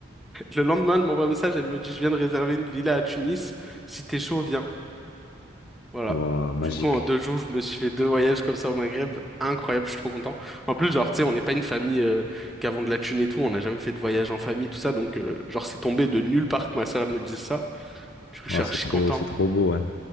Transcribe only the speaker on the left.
Wow, magique.
Wow,
c'est trop,
c'est trop beau, hein.